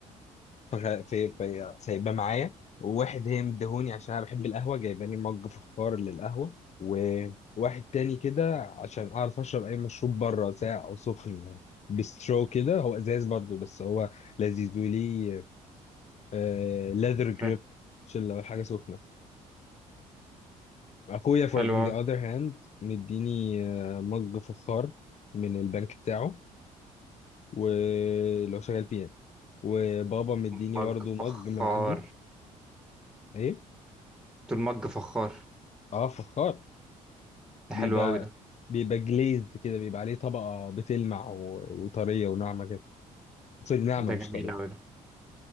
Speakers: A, on the left; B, in the centre.
A: فخ- في في سايباه معايا وواحد هي مديهوني عشان انا بحب القهوه جايباني مج فخار للقهوه وواحد تاني كده عشان اعرف اشرب اي مشروب بره ساقع او سخن بسترو كده هو ازاز برضو بس هو لذيذ وليه آه ليذر
B: اوكي
A: جريب عشان لو الحاجه سخنه اخويا for
B: حلو
A: on
B: أوي
A: the other hand مديني آه، مج فخار من البنك بتاعه ولو شغال فيه يعني. وبابا مديني
B: مج
A: برضو مج
B: فخار
A: من عنده ايه
B: دول مج فخار
A: اه فخار
B: ده
A: بيبقى
B: حلو أوي ده
A: بيبقى جليزد كده بيبقى عليه طبقة بتلمع و... وطرية وناعمة كده سوري ناعمة
B: ده
A: مش
B: جميل
A: طرية
B: أوي ده